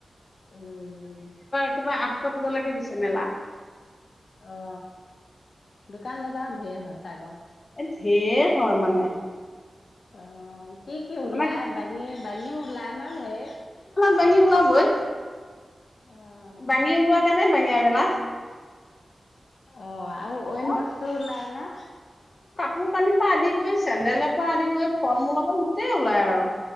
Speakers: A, on the left; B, on the left.
A: উম',
B: কিবা আঠটা বজালৈকে দিছে মেলা
A: অ দোকান নাযাও ধেৰ হ চাই লওঁ
B: ঢেৰ হয় মানে।
A: অহ ', কি কি ওলাই
B: মানে
A: বাহি বালি উলাই। না হে
B: পানী ওলাবৈ
A: অ',
B: বাঙি ওলোৱা কাৰণে বাঙিয়া মেলা
A: অ অ আৰু অইন
B: অ
A: বস্তু ওলালে
B: কোৰ কানিৰ পৰা আদি কৰি চেন্দেলৰ পৰা আদি কৰি ফল মূলৰ পৰা গোটেই ওলাই আৰু